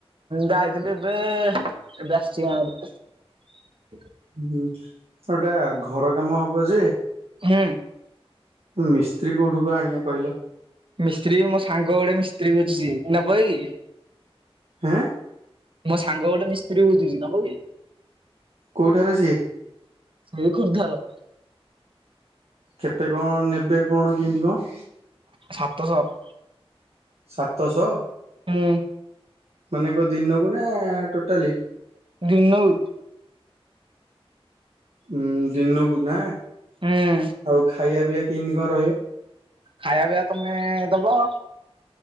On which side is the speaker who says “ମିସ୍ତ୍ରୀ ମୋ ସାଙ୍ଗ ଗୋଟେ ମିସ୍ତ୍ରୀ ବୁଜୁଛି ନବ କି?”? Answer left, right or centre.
Right